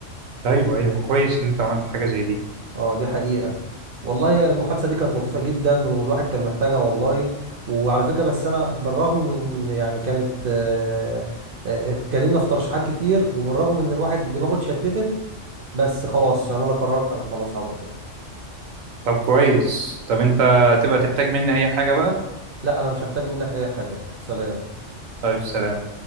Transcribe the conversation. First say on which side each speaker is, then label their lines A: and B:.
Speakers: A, on the right; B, on the right.
A: ايوه ايوه كويس ان انت عملت حاجه زي دي
B: اه دي حقيقة والله المحادثة دي كانت لطيفة جدا والواحد كان محتاجها والله وعلى فكرة بس أنا بالرغم من يعني كانت آه، آه، آه، اتكلمنا في ترشيحات كتير وبالرغم إن الواحد دماغه اتشتتت بس خلاص أنا لا قررت أنا خلاص هروح فين
A: طب كويس طب انت تبقى تحتاج مني اي حاجه بقى
B: لا أنا مش هحتاج منك أي حاجة سلام
A: طيب سلام